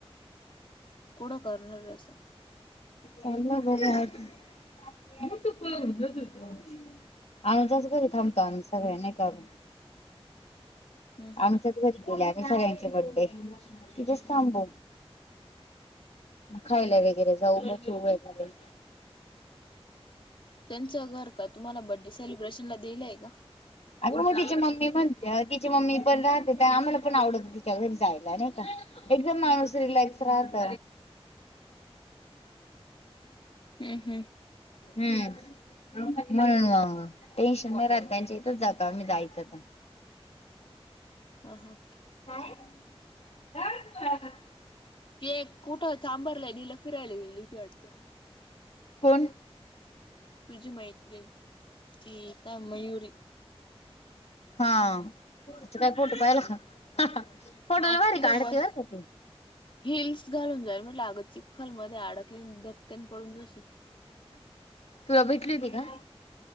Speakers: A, on the left; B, on the left.
A: कुठं करणार आहे असं.
B: चल ना घरी आज, <unintelligible> आम्हीच्याच घरी थांबतो आम्ही सगळ्यां नाही का ग,
A: हम्म हम्म
B: आमच्याच घरी केल्याने सगळ्यांचे बड्डे, तिथेच थांबू. खायला वगैरे जाऊ <unintelligible> सुरज मधे.
A: त्यांच घर का तुम्हाला बड्डे सेलिब्रेशनला दिलंय का?
B: अरे म तिची मम्मी म्हणत्या तिची मम्मी पण राहते आम्हाला पण आवडत तिच्या घरी जायला नाही का. एकदम माणूस रिलॅक्स राहत.
A: हम् हम्म.
B: हम्म. म्हणून मग, टेन्शन नाही राहत त्यांच्या इथच जातो आम्ही जायचं तर.
A: अ हा.
B: काय, <unintelligible>
A: ते कुठं चांभार नदीला फिरायला गेली होती वाटत.
B: कोण?
A: तुझी मैत्रीन, ती का मयुरी.
B: हा, तीच काय फोटो पायल का? <unintelligible> फोटो
A: हा
B: लय भारी
A: तिथ
B: काढते
A: बस
B: बर का ती.
A: हिल्स घालून जाय म्हटल आग चिखल मध्ये अडकले धबक्यान पडून जाशील.
B: तुला भेटली होती का?